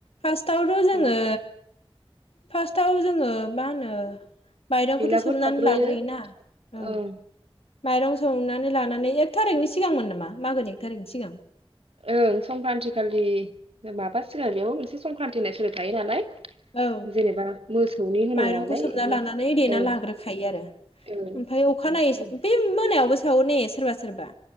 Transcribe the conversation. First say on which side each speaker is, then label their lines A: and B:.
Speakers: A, on the left; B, on the right.
A: फास्टआवथ'
B: सावा
A: जोङो फास्टआव जो ङो मा होनो माइरंखौथ'
B: बेलागुर
A: सोमनानै
B: सावग्रोयो
A: लाग्रोयो ना औ
B: ओं
A: माइरं सौनानै लानानै एक थारिखनि सिगांमोन नामा मागोन एक थारिकनि सिगां
B: ओं संक्रान्ति खालि माबा सिगोन बेयावबो मोनसे संक्रान्त होनाय सोदोब थायो नालाय
A: औ
B: जेनेबा मोसौनि होनो
A: माइरंखौ
B: नालाय
A: सोमना लानानै देना
B: औ
A: लाग्रोखायो आरो
B: ओं
A: ओमफाय अखानायै
B: ओं
A: बे मोनायावबो सो सावोने सोरबा सोरबा